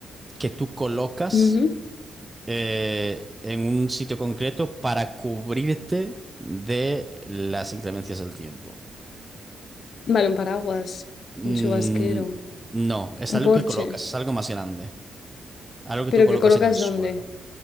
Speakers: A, on the right (about 15°); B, on the left (about 60°).
A: que tú colocas
B: Ujú.
A: eh, en un sitio concreto para cubrirte de las inclemencias del tiempo.
B: Vale, un paraguas,
A: Mm,
B: un chubasquero,
A: no, es
B: un
A: algo
B: porche,
A: que colocas, es algo más grande. Algo que
B: pero
A: tú colocas
B: que colocas
A: en el suelo.
B: dónde?